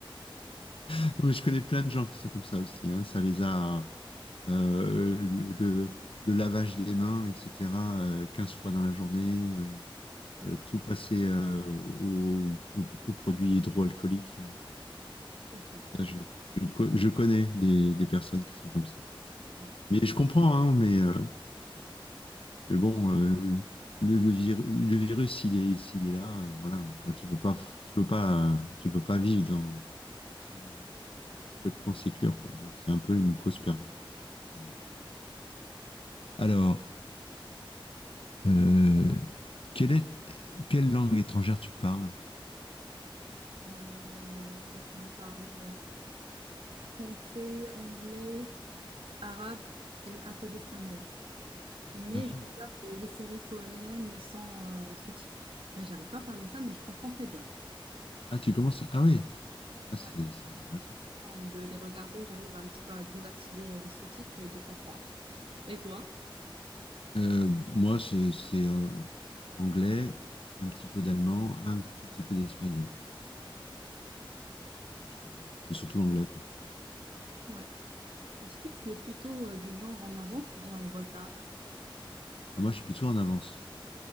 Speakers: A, on the left; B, on the right.
A: <laughs> Mais je connais plein de gens qui sont comme ça aussi. hein. Ça les a. euh, le, le- le lavage des mains, etc., euh, 15 fois dans la journée, euh,
B: C'est
A: euh, tout
B: ça,
A: passer euh, au- au- aux produits hydroalcooliques.
B: c'est ça,
A: Ça, je, je co- je connais des, des personnes qui sont comme ça.
B: ouais.
A: Mais je comprends, hein, mais euh, Mais bon, euh, le, le vir- le virus, il est, s'il est là, euh, voilà. Enfin, tu peux pas, tu peux pas, tu peux pas vivre dans, sous, euh, complètement sécure, quoi. Donc, c'est un peu une cause perdue pour moi. Alors, euh, quelle est, quelle langue étrangère tu parles?
B: Euh, bon, je parle français, anglais, arabe et un peu d'espagnol. Mais
A: D'accord.
B: je regarde les séries coréennes sans euh, sous-titres. Mais j'arrive pas à parler ça, mais je comprends très bien.
A: Ah, tu commences. Ah oui. Ah, c'est,
B: Ouais.
A: c'est intéressant.
B: Avant De les regarder, j'arrive un petit peu à désactiver euh, les sous-titres et de comprendre. Et toi?
A: Euh, moi, c'est, c'est euh, anglais, un petit peu d'allemand, un tout petit peu d'espagnol. Ah, je- C'est surtout l'anglais, quoi.
B: Ouais. Est-ce que tu es plutôt euh, du genre en avance ou bien en retard?
A: Ah, moi, je suis plutôt en avance.